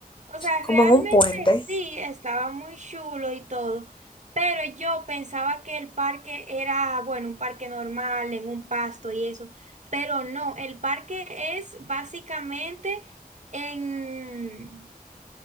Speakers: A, on the right; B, on the left.
A: O sea,
B: como
A: realmente
B: en un puente,
A: sí, estaba muy chulo y todo, pero yo pensaba que el parque era, bueno, un parque normal, en un pasto y eso, pero no, el parque es básicamente en,